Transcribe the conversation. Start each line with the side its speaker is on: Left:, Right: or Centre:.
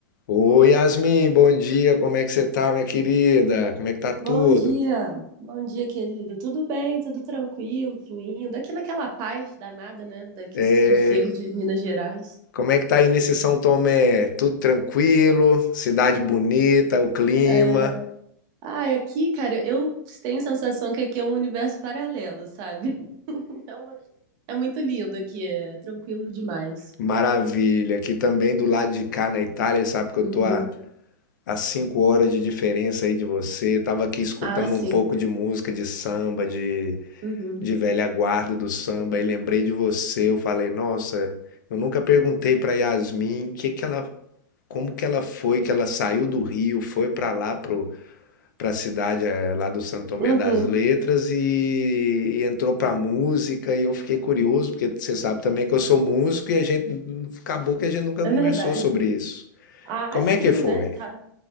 Left: Oi, Yasmin, bom dia. Como é que você tá, minha querida? Como é que tá tudo?
Right: Bom dia, bom dia, querido. Tudo bem, tudo tranquilo, fluindo. Aqui naquela paz danada, né? Daqui
Left: É,
Right: esse sossego de Minas Gerais.
Left: como é que tá aí nesse São Tomé? Tudo tranquilo? Cidade bonita, o clima,
Right: É... Ai, aqui, cara, eu tenho a sensação que aqui é um universo paralelo, sabe? <laughs> É uma... é muito lindo aqui, é tranquilo demais.
Left: maravilha. Aqui também do lado de cá na Itália, sabe que
Right: Uhum.
Left: eu tô a, a cinco horas de diferença aí de você. Tava aqui escutando
Right: Ah, sim.
Left: um pouco de música de samba, de,
Right: Uhum.
Left: de velha guarda do samba, e lembrei de você. Eu falei, nossa, eu nunca perguntei pra Yasmin o que que ela Como que ela foi, que ela saiu do Rio, foi para lá, pro, pra cidade eh, lá do Santo Tomé
Right: Uhum.
Left: das Letras e, e entrou para música e eu fiquei curioso, porque você sabe também que eu sou músico e a gente, acabou que a gente nunca
Right: É
Left: conversou
Right: verdade.
Left: sobre isso.
Right: Ah,
Left: Como
Right: sim,
Left: é que foi?
Right: né? Tá.